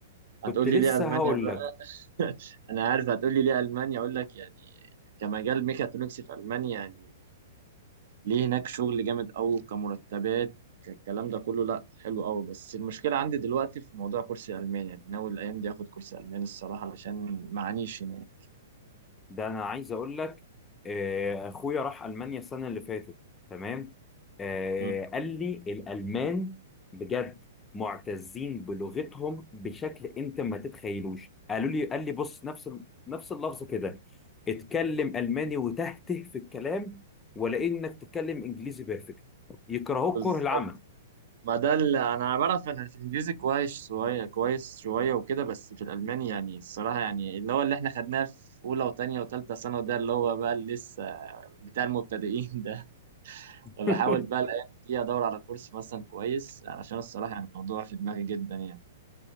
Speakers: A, on the left (about 15°); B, on the right (about 65°).
A: كنت
B: هتقول
A: لسه
B: لي ليه المانيا
A: هقول
B: بقى
A: لك
B: <laughs> انا عارف هتقول لي ليه المانيا اقول لك يعني كمجال ميكاترونكس في المانيا يعني ليه هناك شغل جامد قوي كمرتبات كالكلام ده كله لا حلو قوي بس المشكله عندي دلوقتي في موضوع كرسي الماني يعني ناوي الايام دي اخد كرسي الماني الصراحه علشان معانيش هناك
A: ده انا عايز اقول لك آه، اخويا راح المانيا السنه اللي فاتت تمام آه،
B: مم.
A: قال لي الالمان بجد معتزين بلغتهم بشكل انت ما تتخيلوش قالوا لي قال لي بص نفس ال- نفس اللفظ كده اتكلم الماني وتهته في الكلام ولا انك تتكلم انجليزي بيرفكت يكرهوك
B: بالظبط
A: كره العمى
B: ما ده اللي انا بعرف انا في الانجليزي كويس شويه كويس شويه وكده بس في الالماني يعني الصراحه يعني اللي هو اللي احنا خدناه في اولى وثانيه وثالثه ثانوي ده اللي هو بقى اللي لسه بتاع المبتدئين ده <laughs> فبحاول
A: <laughs>
B: بقى الايام دي ادور على كورس مثلا كويس علشان الصراحه يعني الموضوع في دماغي جدا يعني